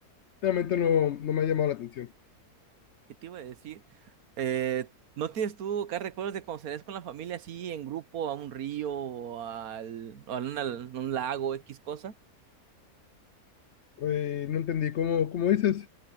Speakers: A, on the left; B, on the right.
A: Realmente no, no me ha llamado la atención.
B: ¿Qué te iba a decir? Eh, ¿no tienes tú acá recuerdos de cuando salías con la familia así en grupo a un río o al, o a una- un lago, X cosa?
A: Eh, no entendí cómo, cómo dices.